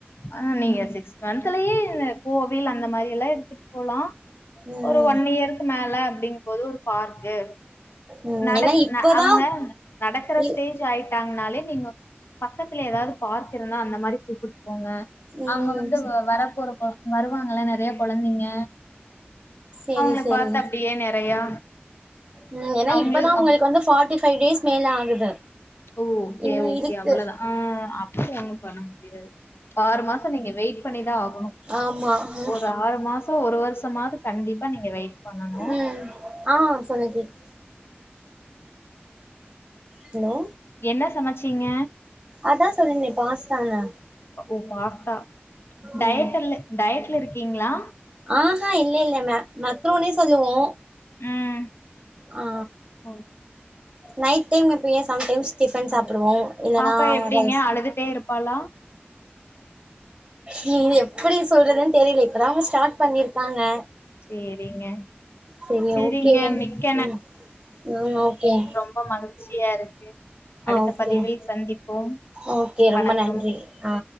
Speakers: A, on the left; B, on the right.
A: ஆ நீங்க சிக்ஸ்த் மன்துலயே கோவில் அந்த மாரி எல்லா எடுத்துட் போலா
B: ம்
A: ஒரு ஒன் இயருக்கு மேல அப்டிங்கும் போது ஒரு பார்க்கு
B: ம்
A: நடக்
B: ஏன்னா இப்பதா
A: அவங்க நடக்குற
B: இ
A: ஸ்டேஜ் ஆயிட் விட்டாங்கனாலே நீங்க பக்கத்துல எதாவது பார்க் இருந்தா அந்த மாரி கூப்புட்டு போங்க
B: ம்
A: அவங்க வந்து வ வர போற கொ வருவாங்களா நறையா கொழந்தைங்க
B: சேரி
A: அவங்கள
B: சேரி
A: பாத்து அப்டியே நெறையா
B: ம் ஏன்னா
A: அவங்களு
B: இப்பதா
A: அ-
B: உங்களுக்கு வந்து பார்டி ஃபைவ் டேஸ் மேல ஆகுது
A: ஓ ஓகே
B: இன்னு
A: ஓகே
B: இருக்கு
A: அவ்ளோதா ஆ அப்டியாங் பணம் முடியாது ஆறு மாசோ நீங்க வெயிட் பண்ணிதா ஆகணு
B: ஆமா ம்
A: ஒரு ஆறு மாசோ ஒரு வருஷமாது கண்டிப்பா நீங்க வெயிட் பண்ணணு
B: ம் ஆ சொல்லுங் கேக்குது ஹலோ
A: என்ன சமச் ச்சீங்க
B: அதா சொன்னனே பாஸ்தானு
A: ஓ பாஸ்த் தா டயட்
B: ம்
A: அல்லே டயட்ல இருக்கிங் கிங்களா
B: ஆஹா இல்ல இல்ல மே மக் மக்ரூனின் சொல்லுவோ
A: ம்
B: ஆ
A: ஓ,
B: நைட் டைம் எப்பயா சம்டைம்ஸ் டிஃபன்
A: ஆ.
B: சாப்புடுவோ இல்லன்னா
A: பாப்பா எப்டிங்க
B: ரைஸ்
A: அழுதுட்டே இருப்பாளா
B: நீ இது எப்புடி சொல்றதுன் தெரில இப்ப தாங்க ஸ்டார்ட் பண்ணிருக்காங்க
A: சேரிங்க
B: செரி
A: சேரிங்க
B: ஓகே
A: மிக்க
B: ம் ஓகேங்
A: ப மகிழ்ச்சியா இரு ந்தது அடுத்த
B: ஓகே
A: பதிவில் சந்திப்போம்
B: ஓகே ரொம்ப
A: வணக்கம்
B: நன்றி ஆ